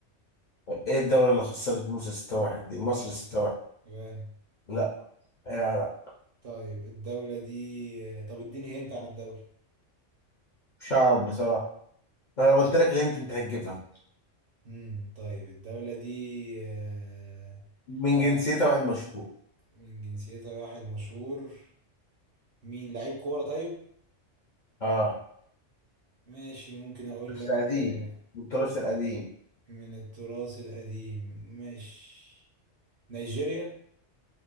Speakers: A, on the left; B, on the right.
A: إيه الدولة اللي خسرت موسى 6-1 دي مصر
B: غانا
A: 6-1
B: غانا
A: لا لا لا
B: طيب الدولة دي طب اديني هنت عن الدولة
A: مش هعرف بصراحة أنا قلت لك اللي أنت أنت هتجيبها
B: امم طيب الدولة دي آه،
A: من
B: لا
A: جنسيته واحد مشهور
B: من جنسيتها واحد مشهور مين لعيب كورة طيب
A: اه
B: ماشي ممكن اقول
A: بس
B: لك
A: قديم
B: آه،
A: التراث القديم
B: من التراث القديم ماشي نيجيريا